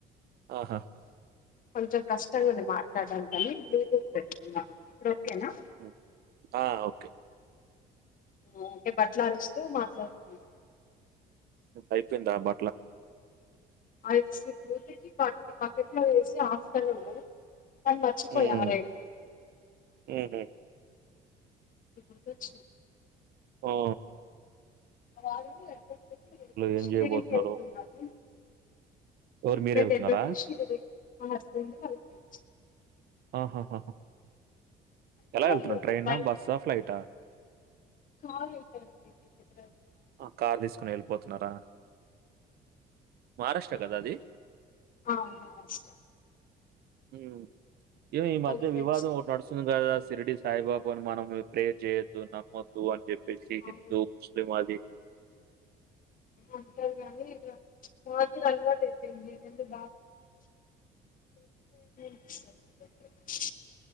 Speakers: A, on the right (about 70°); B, on the left (about 55°).
A: ఆహా
B: కొంచెం కష్టంగా ఉంది మాట్లాడానికని బ్లూటూత్ పెట్టుకున్న ఇప్పుడు ఓకేనా
A: మ్ ఆ ఓకే
B: ఆ అంటే బట్టలారేస్తు మాట్లాడుతున్న
A: అయ్యిపోయిందా బ
B: ఐదు <unintelligible> పట్టి బకెట్లో ఏసి ఆఫ్టర్నూను కానీ మర్చిపోయా
A: హ్మ్.
B: ఆరేయడం
A: హుహు.
B: ఇప్పుడు గుర్తొచ్చింది
A: ఓ
B: మ డాడీ <unintelligible>
A: ఏం
B: షిరిడీకేళ్తున్నారు
A: జేయబోతున్నారు? ఎవరు
B: మా హస్బెండ్
A: మీరెళ్తున్నారా?
B: ఎల్లుండి షిరిడీ మా హుస్బండు వాళ్ళ ఫ్రెండ్స్
A: ఆహహహ
B: అయితే
A: ఎలా వెళ్తున్నాడ్ ట్రైనా
B: బయట
A: బస్సా ఫ్లైటా
B: కార్ <unintelligible> అండీ
A: ఆ కార్ తీసుకొని వెళ్ళిపోతున్నారా మహారాష్ట్ర కదా అది
B: అవును మహారాష్ట్ర
A: మ్ ఏమో ఈ
B: వాళ్ళ
A: మధ్య
B: ఫ్రెండ్స్
A: వివాదం ఒకటి నడుస్తుంది కదా సిరిడి సాయిబాబ్ కొని మనము ప్రేర్ చేయొద్దు నమ్మొద్దు అని చెప్పేసి హిందూ
B: అవును
A: ముస్లిం అది
B: అంటారు కని ఇగ రోజు అలవాటు అయ్యిపోయింది ఎందుకు <inaudible> <inaudible>